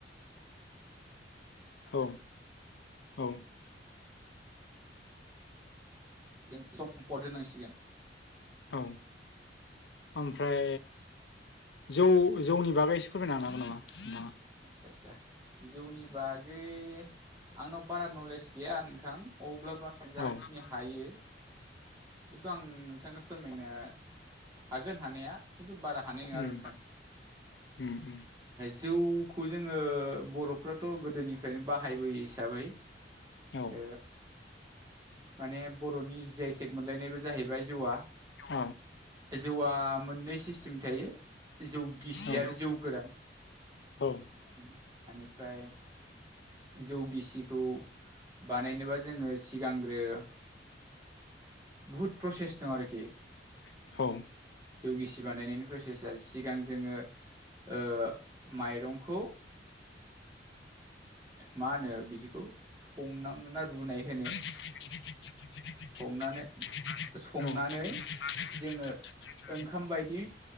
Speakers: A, on the left; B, on the right.
A: औ औ
B: जों सम्पद होनांसिगोन
A: औ ओमफ्राय जौ जौनि बागै एसे फोरमायनो हानागोन नामा नोंथाङा
B: सातसा जौनि बागै आंनाव बारा नले गैया नोंथां अब्लाबोा जाखिनि
A: औ उम
B: हायो बेखौ आं नोंथांनो फोरमायनो हागोन हानाया खिन्थु बारा हानाय नङा
A: उम
B: आर नोंथां
A: उम उम
B: जौखौ जोङो बर'फ्राथ' गोदोनिफ्रायनो बाहायबोयो हिसाबै
A: औ
B: ओ माने बर'नि जि आइटेक मोनलायनायबो जाहैबाय जौवा
A: औ
B: जौआ मोननै सिस्टेम थायो जौ गिसि
A: औ
B: आरो जौ गोरान
A: औ
B: बेनिफ्राय जौ गिसिखौ बानायनोबा जोङो सिगां ओ बुहुत प्रसेस दं आरोखि
A: औ
B: जौगिसि बानायनायनि प्रसेसा सिगां जोङो ओ माइरंखौ मा होनो बिदिखौ संनां ना रुनाय होनो
A: <inaudible>
B: संनानै संनानै जोङो ओंखाम बायदि